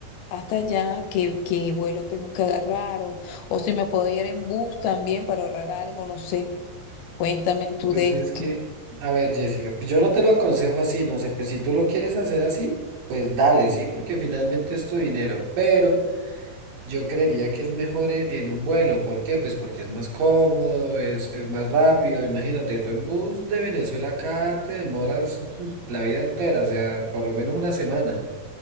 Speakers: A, on the left (about 85°); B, on the right (about 65°).
A: hasta allá, qué, qué vuelo tengo que agarrar o, o si me puedo ir en bus también para ahorrar algo, no sé, cuéntame tú
B: Pues
A: de
B: es
A: esto.
B: que, a ver, Jessica, pues yo no te lo aconsejo así, no sé, pues si tú lo quieres hacer así, pues dale, sí, porque finalmente es tu dinero, pero yo creería que es mejor e- en, un vuelo, ¿por qué? Pues porque es más cómodo, es, es más rápido, imagínate, tú en bus de Venezuela acá te demoras <laughs> la vida entera, o sea, por lo menos una semana.